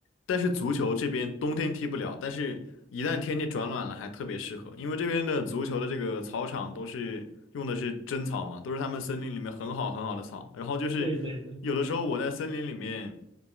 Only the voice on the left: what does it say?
但是足球这边冬天踢不了，但是一旦天气转暖了，还特别适合，因为这边的足球的这个草场都是用的是真草嘛，都是他们森林里面很好很好的草。然后就是
有的时候我在森林里面